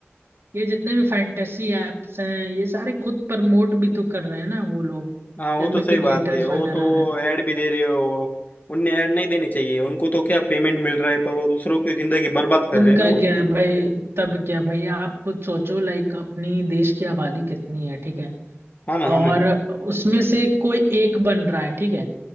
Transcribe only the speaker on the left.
हाँ वो
तो सही
बात है वो
तो ऐड भी दे रहे हो उनने ऐड नहीं देनी चाहिए उनको तो क्या पेमेंट मिल रहा है पर वो दूसरों की जिंदगी बर्बाद कर
रहे हैं ना वो
हाँ ना हाँ
ना